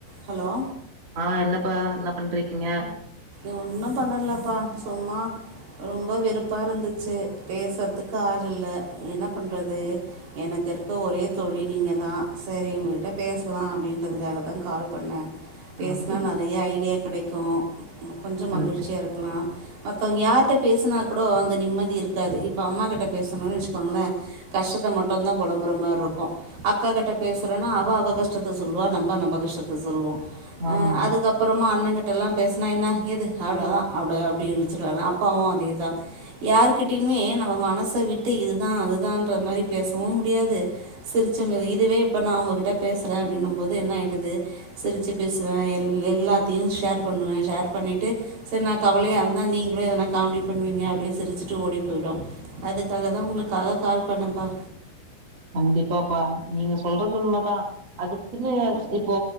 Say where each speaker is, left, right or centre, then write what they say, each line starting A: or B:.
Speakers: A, on the right (about 65°); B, on the right (about 35°).
A: hello
B: ஆ என்னப்பா என்ன பண்ட்றிக்கீங்க
A: ஒன்னு பண்ணலப்பா சும்மா ரொம்ப வெறுப்பா இருந்துச்சு பேசுறதுக்கு ஆள் இல்ல என்ன பண்றது எனக் கு இருக்க ஒரே தோழி நீங்க தா சரி உங்ககிட்ட பேச்லா அப்டின்றதுக்காக தா கால் பண்ணே பேசுனா
B: அப்டி
A: நெறைய ஐடியா கெடைக்கு கொஞ்ச
B: கண்டு
A: மகிழ்ச்சியாக இருக்கலா மத்தவங்க யாருட்ட பேசுனா கூடொ அந்த நிம்மதி இருக்காது இப்ப அம்மா கிட்ட பேசணு வச்சுக்கோங்களே கஷ்டத்தை மட்டுந்தா பொலம்புற மார்ருக்கு அக்காக்கிட்ட பேசுகிறேன்னா அவ அவ கஷ்டத்தை சொல்லுவா நம்ப நம்ம கஷ்ட ஸ்டத்த சொல்லுவோ
B: ஆமா
A: அதுக்கப்பறமா அண்ணகிட்டல்லா பேச என்ன என்ன எது அவ்வளோதா அவ அப்டி இனுச்சிடுங்க அப்பாவு அது இதா யாருகிட்டயுமே நம்ம மனச விட்டு இதுதா அதுதான்ற மாரி பேசவு முடியாது சி ச்ச மீ இதுவே இப்ப நா ஒங்ககிட்ட பேசுறே அப்பனும் போது என்ன ஆயிடுது சிரிச்சு பேசுவே எ எல்லாத்தையு ஷேர் பண்ணுவே ஷேர் பண்ணிட்டு சரி நா கவலைய இருந்தா நீங்களு எதனா காமெடி பண்ணுவீங்க அப்டின்னு சிரிச்சுட்டு ஓடி போய்டு அதுக்காக தா உங்களுக்காக கால் பண்ணப்பா
B: கண்டிப்பாப்பா நீங்க சொல்றது உண்மைதா அதுக்குன்னு இப்போ